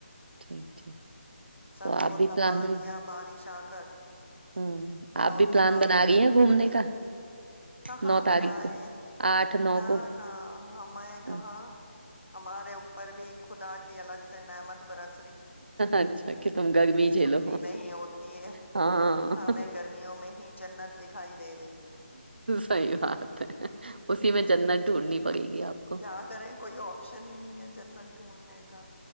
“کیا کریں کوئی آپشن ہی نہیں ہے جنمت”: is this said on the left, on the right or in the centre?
Left